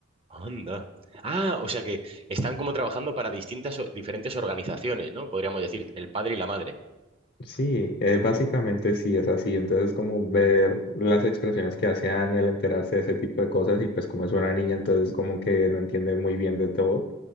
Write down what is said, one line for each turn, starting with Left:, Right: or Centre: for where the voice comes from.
Right: Anda. Ah, o sea que están como trabajando para distintas, o- diferentes organizaciones, ¿no? Podríamos decir, el padre y la madre.
Left: Sí, eh, básicamente sí es así, entonces como ver las expresiones que hace Annie al enterarse de ese tipo de cosas y pues como es una niña, entonces como que no entiende muy bien de todo,